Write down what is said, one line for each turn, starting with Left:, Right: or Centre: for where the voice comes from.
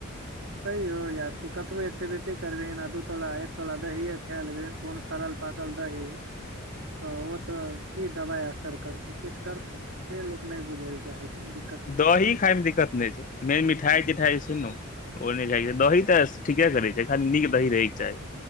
Right: तैयौ यार तू कतबो एक्टिविटी करबेह आ दू तोला एक तोला दही खा लेबही कोन सड़ल पाकल दही तऽ ओ तऽ की दबाइ असर करतै किछु करतै से लोक नहि बुझै लए चाहै छै नऽ
Left: दही खाय मऽ दिक्कत नहि छै मेन मिठाइ तिठाई छै ने ओ नहि खाय कऽ चाहि दही तऽ ठीके करै छै खाली नीक दही रहेके चाही